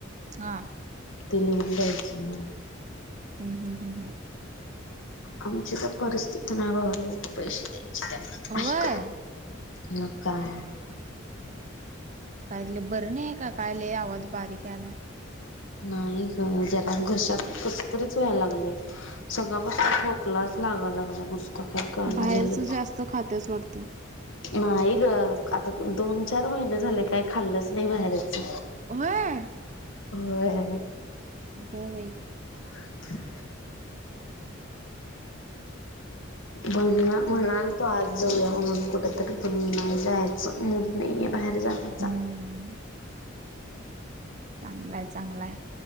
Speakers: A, on the right (about 40°); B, on the left (about 75°).
A: हा.
B: ते लिहुन द्यायचं मग.
A: हम्म हम हम हम.
B: आमची तर परिस्थिती नाही बाबा एवढे पैसे द्यायचि त्यांना.
A: व्हय
B: मग काय.
A: कायलं बरं नाही का काय लय आवाज बारीक यालाय?
B: नाही ग जरा घशात कस तरीच व्हाय लागलय. सकाळपासून खोकलाच लागा लागलाय नुस ता काय कळना
A: बाहेरचं
B: झालय.
A: जास्त खात्याच वाटतं.
B: नाही ग आता दोन चार महिने झालय काय खाल्लच नाही बाहेरच.
A: व्हय.
B: होय.
A: आता बाई.
B: <inaudible> <unintelligible> म्हणाल
A: आणि
B: त आज जाऊया म्हणून कुठेतरी पण नाही जायाचं मूड नाहीये बाहेर जाण्याचा.
A: हम्म. चांगलाय चांगलाय.